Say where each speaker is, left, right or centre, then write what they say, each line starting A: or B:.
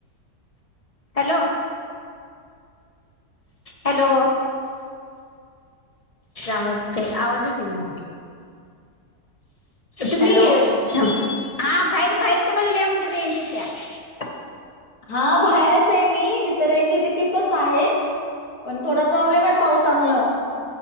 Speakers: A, on the left; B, on the left.
A: हॅलो. हॅलो. आवाजच का आवाजच येईना तुम्ही
B: हॅलो
A: थांब, हा बाहेर बाहेरच्या बाजूला या म्हणजे येत्या.
B: हा बाहेरच आहे मी तिचं रेंज यथे तिथंच आहे. पण थोडा प्रॉब्लेम आहे पावसामुळ.